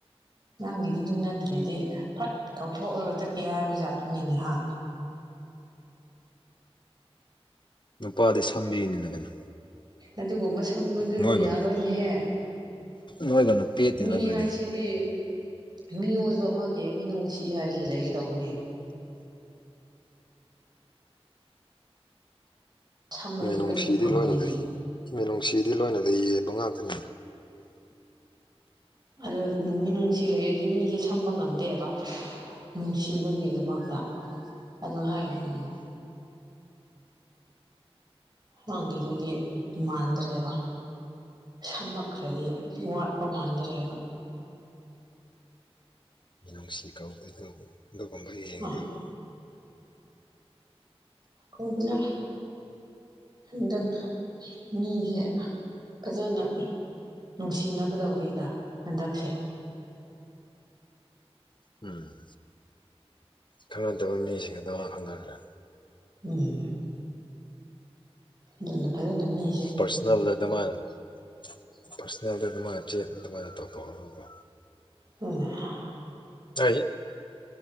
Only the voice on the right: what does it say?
ꯅꯪꯒꯤꯗꯤꯗꯨ ꯅꯠꯇ꯭ꯔꯦꯗꯤ ꯐꯠ ꯀꯧꯊꯣꯛꯑꯒ ꯆꯠꯀꯦ ꯍꯥꯏꯕ ꯖꯥꯠ ꯅꯤꯅꯦ ꯍꯥ
ꯑꯗꯨꯒꯨꯝꯕ ꯁꯝꯕꯗꯨꯗ
ꯌꯥꯔꯣꯏꯅꯦꯍꯦ
ꯃꯤ
ꯍꯥꯏꯁꯤꯗꯤ ꯃꯤꯑꯣꯏꯕ ꯑꯃꯒꯤ ꯃꯤꯅꯨꯡꯁꯤ ꯍꯥꯏꯕꯁꯤ ꯂꯩꯒꯗꯧꯕꯅꯦ ꯁꯝꯂꯒ
ꯀꯔꯤꯁꯨ ꯐꯪꯂꯣꯏꯅꯦ
ꯑꯗꯨ ꯅꯨꯡꯗꯤ ꯅꯨꯡꯁꯤ ꯂꯩꯔꯗꯤ ꯃꯤꯁꯦ ꯁꯝꯕ ꯉꯝꯗꯦꯕ ꯅꯨꯡꯁꯤꯕꯒꯤꯗꯃꯛꯇ ꯑꯗꯨ ꯍꯥꯏꯅꯤꯡꯏ ꯅꯪꯒꯤꯗꯨꯗꯤ ꯃꯥꯟꯗ꯭ꯔꯦꯕ ꯁꯝꯃꯛꯈ꯭ꯔꯗꯤ ꯋꯥꯠꯄ ꯃꯥꯟꯒ꯭ꯔꯦꯕ
ꯑ ꯀꯧꯒꯅꯨ ꯍꯟꯗꯛ ꯃꯤꯁꯦ ꯐꯖꯅ ꯅꯨꯡꯁꯤꯅꯒꯗꯧꯔꯤꯗ ꯍꯟꯗꯛꯁꯦ
ꯎꯝ ꯑꯗꯨꯅ ꯐꯖꯅ ꯃꯤ
ꯎꯝ